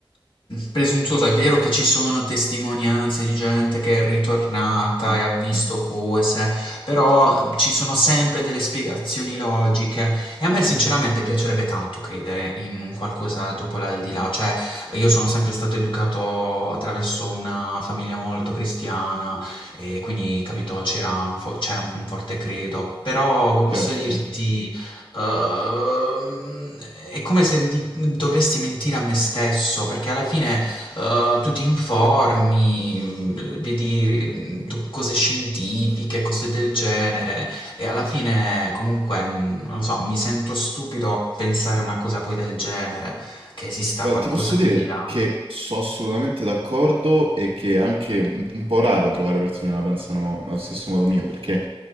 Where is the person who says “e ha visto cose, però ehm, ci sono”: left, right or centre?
Left